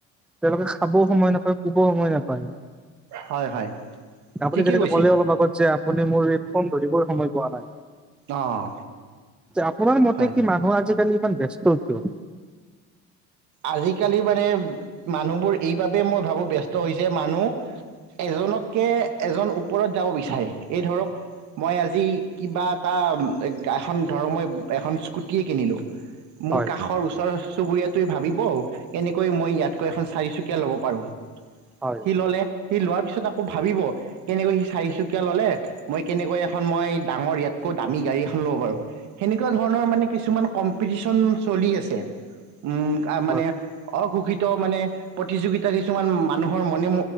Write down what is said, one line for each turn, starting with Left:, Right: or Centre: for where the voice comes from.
Centre: তেওঁলোকে খাবও সময় নাপায়, শুবও সময় নাপায়।
Right: হয় হয়।
Centre: আপুনি
Right: ঠিকেই
Centre: তেনেকে
Right: কৈছে
Centre: ক'লে অলপ আগত যে, আপুনি মোৰ এই ফোন ধৰিবই সময় পোৱা নাই।
Right: অঁ
Centre: আপোনাৰ মতে
Right: হয়
Centre: কি, মানুহ আজিকালি ইমান ব্যস্ত কিয়?
Right: আজিকালি মানে মানুহবোৰ এইবাবেই মই ভাবো ব্যস্ত হৈছে, মানুহ এজনতকে এজন ওপৰত যাব বিচাৰে। এই ধৰক মই আজি কিবা এটা এখন ধৰক মই এখন স্কুটি কিনিলোঁ <unintelligible> মোৰ
Centre: হয়
Right: কাষৰ ওচৰ চুবুৰীয়াত তুৱে ভাবিব কেনেকৈ মই ইয়াতকৈ এখন চাৰিচুকীয়া ল'ব পাৰো।
Centre: হয় হয়
Right: সি ললে সি লোৱাৰ পিছত পিছত আকৌ ভাবিব কেনেকৈ সি চাৰিচুকীয়া ললে, মই কেনেকৈ এখন মই ডাঙৰ ইয়াতকৈ দামী গাড় <unintelligible> গাড়ী এখন লব পাৰোঁ। সেনেকুৱা ধৰণৰ মানে কিছুমান কম্পিটিচন চলি আছে। <unintelligible> উম
Centre: হয়
Right: মানে অঘোষ <unintelligible> মানে প্ৰতিযোগিতা কিছুমান মানুহৰ মণে